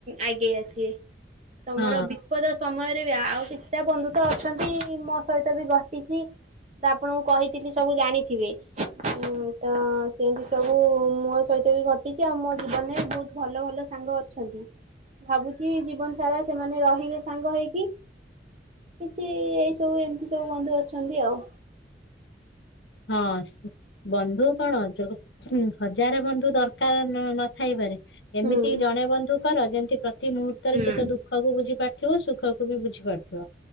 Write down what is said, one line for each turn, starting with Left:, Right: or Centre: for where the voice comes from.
Right: ଆଗେଇ ଆସିବେ ତମର
Left: ହଁ
Right: ବି ପଦ ସମୟରେ ବି ଆଉ କିଛିଟା ବନ୍ଧୁ ତ ଅଛନ୍ତି ମୋ ସହିତ ବି ଘଟିଚି। ତ ଆପଣଙ୍କୁଁ କହିଥିଲି ସବୁ ଜାଣିଥିବେ। ହୁଁ ତ ସେମତି ସବୁ ମୋ ସହିତ ବି ଘଟିଚି ଆଉ ମୋ ଜୀବନରେ ବି ବହୁତ ଭଲ ଭଲ ସ ସାଙ୍ଗ ଅଛନ୍ତି ଭାବୁଚି ଜୀବନ ସାରା ସେମାନେ ରହିବେ ସାଙ୍ଗ ହେଇକି। କିଛି ଏଇ ସବୁ ଏମିତି ସବୁ ବନ୍ଧୁ ଅଛନ୍ତି ଆଉ।
Left: ହଁ ସ୍ ବନ୍ଧୁ କଣ ଅ ହୁଁ ହଜାରେ ବନ୍ଧୁ ଦରକାର ନ ନଥାଇପାରେ ଏମିତି
Right: ହୁଁ।
Left: ଜଣେ ବନ୍ଧୁ କର ଯେମତି ପ୍ର ପ୍ରତି ମୁହୂର୍ତ୍ତରେ
Right: ହୁଁ
Left: ସେ ତୋ ଦୁଃଖକୁ ବୁଝିପାରୁଥିବ ସୁଖକୁ ବି ବୁଝିପାରୁଥିବ।